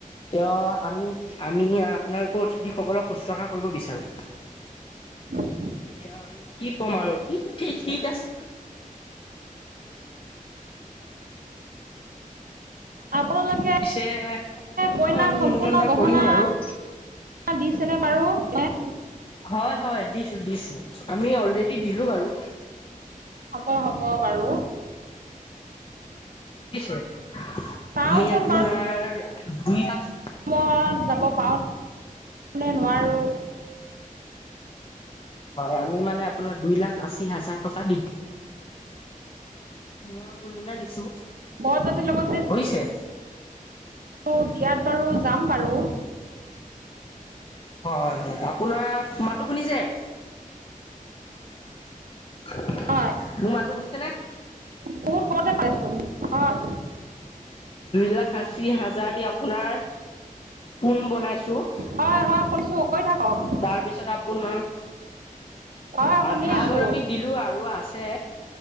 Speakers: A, on the left; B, on the right.
A: তে আমি-আমি। আপোনালোকৰ অতিথিসকলক শুশ্ৰূষা কৰিব বিচাৰো।
B: <unintelligible>
A: এতিয়া আমি কি ক'ম আৰু! <unintelligible> ঠিক আছে।
B: আপোনালোকে
A: পিছে আপোনাকো
B: কইনাক
A: আমি
B: সম্পূৰ্ণ
A: নিমন্ত্ৰণ এটা
B: গহনা
A: কৰিম বাৰু!
B: দিছেনে বাৰু? <unintelligible>
A: হয় হয়, দিছো দিছো। আমি অলৰেডি দিলো বাৰু!
B: হ'ব হ'ব বাৰু!
A: <unintelligible>
B: চাওঁচোন
A: আমি আপোনাৰ দুই লাখ
B: সময়ত যাব পাৰোঁ নে নোৱাৰোঁ
A: হয়, আমি মানে আপোনাৰ দুই লাখ আশী হাজাৰ টকা দিম। সোণৰ গহিণা দিছো,
B: বৰযাত্ৰীৰ লগত
A: বুইছে।
B: অ' বিয়াত বাৰু যাম বাৰু!
A: হয় হয়। আপোনাৰ, মাতটো শুনিছে? মোৰ
B: হয়
A: মাতটো শুনিছে নে?
B: বহুত কমতে পাইচোন! হয়।
A: দুই লাখ আশী হাজাৰ দি আপোনাৰ সোণ বনাইছো।
B: হয় হয় শুনিছো। কৈ থাকক।
A: তাৰপিছত আপোনাৰ
B: হয় শুনি
A: আধা
B: আছোঁ
A: বাৰু আমি দিলো, আৰু আছে